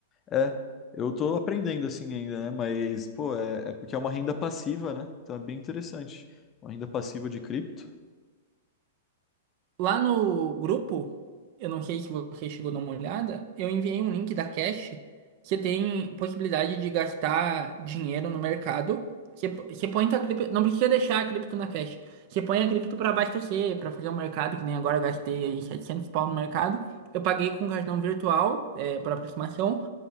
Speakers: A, on the left (about 30°); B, on the right (about 45°).
A: É, eu tô aprendendo assim ainda, né? Mas, pô, é, é porque é uma renda passiva, né? Então é bem interessante. Uma renda passiva de cripto.
B: Lá no grupo, eu não sei se você chegou a dar uma olhada, eu enviei um link da Cash que tem possibilidade de gastar dinheiro no mercado. Você, você põe tua cripto, não precisa deixar a cripto na Cash. Você põe a cripto para abastecer, para fazer o mercado, que nem agora eu gastei aí 700 pau no mercado. Eu paguei com cartão virtual, é, por aproximação,